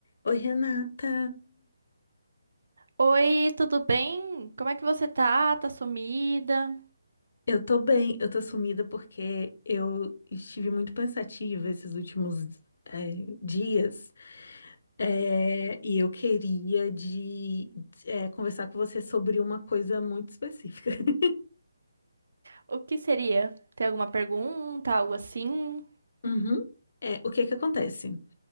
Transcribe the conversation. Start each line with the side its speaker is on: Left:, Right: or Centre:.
Left: Oi, Renata.
Right: Oi, tudo bem? Como é que você tá? Tá sumida?
Left: Eu tô bem, eu tô sumida porque eu estive muito pensativa esses últimos eh, dias eh, e eu queria de, eh, conversar com você sobre uma coisa muito específica. <laughs>
Right: O que seria? Tem alguma pergunta, algo assim?
Left: Uhum. É, o que que acontece?